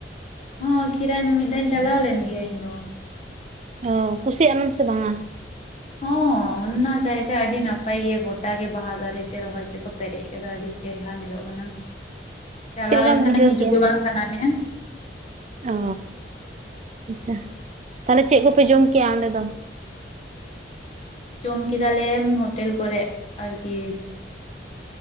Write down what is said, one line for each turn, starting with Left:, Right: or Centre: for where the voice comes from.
Left: ᱦᱚᱸ ᱠᱷᱤᱨᱟᱹᱭ ᱢᱤᱫ ᱫᱷᱟᱣ ᱤᱧ ᱪᱟᱞᱟᱣ ᱞᱮᱱ ᱜᱮᱭᱟ ᱤᱧ ᱫᱚ
Right: ᱚ ᱠᱩᱥᱤ ᱟᱱᱟᱢ ᱥᱮ ᱵᱟᱝᱼᱟ
Left: ᱦᱚᱸ ᱚᱱ-ᱱᱟ ᱡᱟᱭᱜᱟ ᱟᱹᱰᱤ ᱱᱟᱯᱟᱭ ᱜᱮᱭᱟ ᱜᱚᱴᱟᱜ ᱜᱮ ᱵᱟᱦᱟ ᱫᱟᱨᱮ ᱛᱮ ᱨᱚᱦᱚᱭ ᱛᱮᱠᱚ ᱯᱮᱨᱮᱡ ᱠᱟᱫᱟ ᱟᱹᱰᱤ ᱪᱮᱨᱦᱨᱟ ᱧᱮᱞᱚᱜ ᱠᱟᱱᱟ
Right: <unintelligible>
Left: ᱪᱟᱞᱟᱣ
Right: ᱞᱮᱠᱟᱢ
Left: ᱞᱮᱱ ᱠᱷᱟᱱᱮᱢ
Right: ᱵᱩᱡᱷᱟᱹᱣ
Left: ᱦᱤᱡᱩᱜ
Right: ᱠᱮᱜᱼᱟ
Left: ᱜᱮ ᱵᱟᱝ ᱥᱟᱱᱟ ᱢᱮᱭᱟ
Right: ᱚ ᱟᱪᱪᱷᱟ ᱛᱟᱦᱞᱮ ᱪᱮᱫ ᱠᱚᱯᱮ ᱡᱚᱢ ᱠᱮᱜᱼᱟ ᱚᱸᱰᱮ ᱫᱚ
Left: ᱡᱚᱢ ᱠᱮᱫᱟᱞᱮ ᱦᱳᱴᱮᱞ ᱠᱚᱨᱮᱜ ᱟᱨᱠᱤ